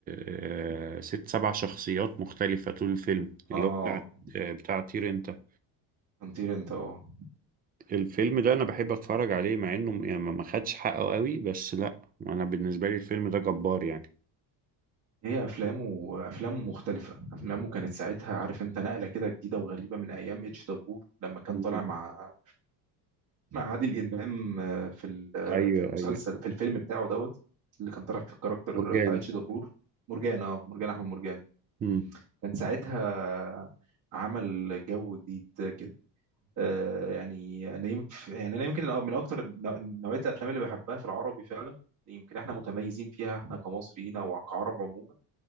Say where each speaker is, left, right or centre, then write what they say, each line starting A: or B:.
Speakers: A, on the right (about 20°); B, on the right (about 45°).
A: آه، ست سبع شخصيات مختلفة طول الفيلم
B: اه
A: اللي هو بتاع آه، بتاع طير انت
B: هنطير انت اه
A: الفيلم ده انا بحب اتفرج عليه مع انه يعني ما ما خدش حقه قوي بس لا انا بالنسبة لي الفيلم ده جبار يعني
B: هي افلامه افلامه مختلفه افلامه كانت ساعتها عارف انت نقله كده جديده وغريبه من ايام اتش دبور لما كان
A: مم.
B: طالع مع مع عادل امام آه، في ال- آه،
A: ايوه
B: في المسلسل
A: ايوه
B: في الفيلم بتاعه دوت اللي كان طالع في الكاركتر
A: مرجان
B: بتاع اتش دبور مرجان اه مرجان احمد مرجان
A: مم.
B: كان ساعتها عمل جو جديد كده آه، يعني انا يمكن يعني انا يمكن من اكتر نوع- نوعيه الافلام اللي بحبها في العربي فعلا يمكن احنا متميزين فيها احنا كمصريين او كعرب عموما